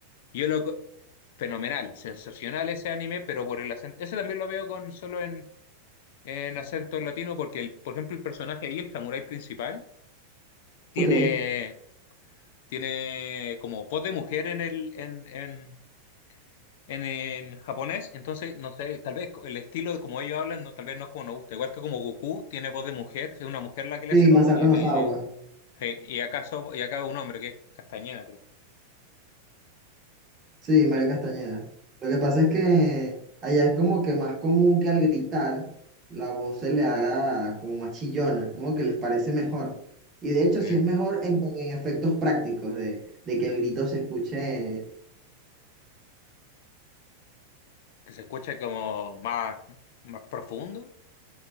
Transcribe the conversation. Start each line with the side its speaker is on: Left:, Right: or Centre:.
Left: y Yo lo... co- Fenomenal, sensacional ese anime, pero por el acento... Ese también lo veo con solo en, en acento latino, porque, el, por ejemplo, el personaje ahí, el samurái principal, tiene,
Right: Ok.
Left: tiene como voz de mujer en el, en, en, en, en japonés, entonces, no sé, tal vez el estilo de como ellos hablan, no, tal vez no es como nos gusta. Igual que como Goku tiene voz de mujer, es una mujer la que le
Right: Sí,
Left: hace la
Right: Masako
Left: voz, y, en,
Right: no
Left: eh,
Right: Sawa.
Left: eh, y acá somos- y acá un hombre que es Castañeda, creo.
Right: Sí, Mario Castañeda.
Left: Mm,
Right: Lo que pasa es que allá es como que más común que al gritar la voz se le haga como más chillona, como que les parece mejor. Y de hecho
Left: mm,
Right: sí es mejor en, en efectos prácticos de, de que el grito se escuche.
Left: que se escucha como más, más profundo.